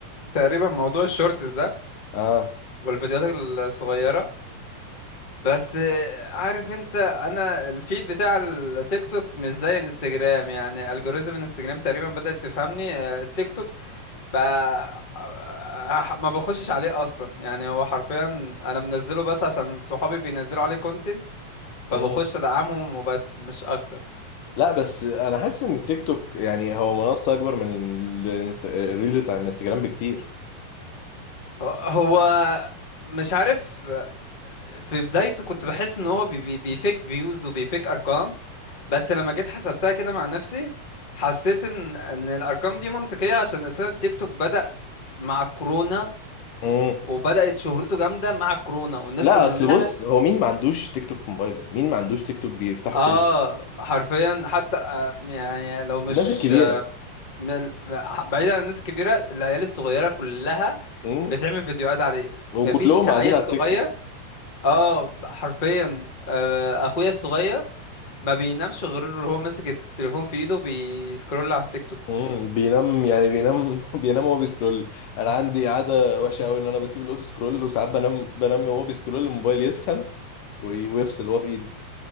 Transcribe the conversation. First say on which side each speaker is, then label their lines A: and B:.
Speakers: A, on the left (about 30°); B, on the left (about 75°).
A: تقريبا موضوع الشورتس ده
B: اه
A: والفيديوهات الصغيرة بس آه، عارف انت انا الفيد بتاع التيك توك مش زي انستجرام يعني الجوريزم انستجرام تقريبا بدأت تفهمني آه، التيك توك بقى آه، آه، ما بخشش عليه اصلا يعني هو حرفيا انا منزله بس عشان صحابي بينزلوا عليه كونتنت فبخش
B: مم.
A: ادعمهم وبس مش اكتر
B: لا بس انا حاسس ان التيك توك يعني هو منصة اكبر من الانست- الريلز بتاع الانستجرام بكتير
A: هو هو مش عارف في بدايته كنت بحس ان هو بي- بي- بيفيك فيوز وبيفيك ارقام بس لما جيت حسبتها كده مع نفسي حسيت ان ان الارقام دي منطقية عشان اساسا التيك توك بدأ مع كورونا
B: مم.
A: وبدأت شهرته جامدة مع كورونا والناس
B: لا
A: كلها
B: اصل بص هو مين ما عندوش تيك توك في موبايله مين ما عندوش تيك توك بيفتحه
A: اه
B: كل يوم
A: حرفيا حتى آه، يعني لو مش
B: الناس الكبيره
A: من- بعيد عن الناس الكبيرة العيال الصغيرة كلها
B: امم
A: بتعمل فيديوهات عليه
B: وكلهم
A: مفيش عيل
B: قاعدين على
A: صغير
B: التيك توك
A: اه حرفيا آه، اخويا الصغير ما بينامش غير هو ماسك التليفون في ايده بيسكرول على التيك توك
B: امم بينام يعني بينام <laughs> بينام وهو بيسكرول انا عندي عاده وحشه قوي ان انا بسيب الاوتو سكرول وساعات بنام بنام وهو بيسكرول الموبايل يسخن وي- ويفصل وهو في ايدي